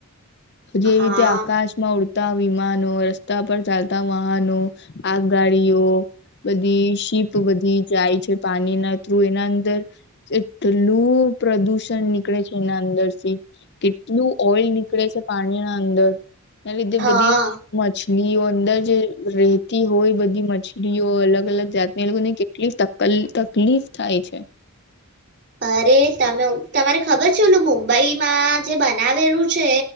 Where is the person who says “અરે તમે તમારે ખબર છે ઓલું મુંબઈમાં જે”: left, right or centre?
Right